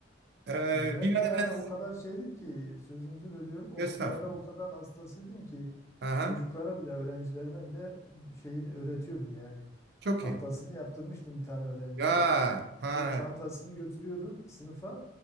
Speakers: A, on the right; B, on the left.
A: Ee,
B: E, Ben
A: bir ara
B: bir ara
A: ben
B: o kadar şeydim ki sözünüzü bölüyorum. O
A: estağfurullah.
B: bir ara o kadar hastasıydım ki
A: Aha,
B: çocuklara bile öğrencilerime bile şeyini öğretiyordum yani.
A: çok
B: Tahtasını
A: iyi.
B: yaptırmıştım bir tane öğrenciye.
A: Ya ha
B: O tahtasını götürüyordum sınıfa